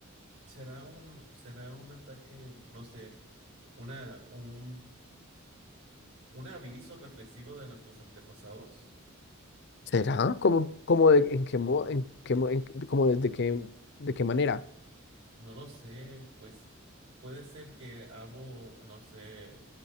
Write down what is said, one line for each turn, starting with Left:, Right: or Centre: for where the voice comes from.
Right: Será un, será un ataque, no sé, una, un, un aviso reflexivo de nuestros antepasados.
Left: ¿Será? ¿Cómo, cómo de- en qué mo- en qué mo- en- como desde qué, de qué manera?
Right: No lo sé, pues puede ser que hubo, no sé.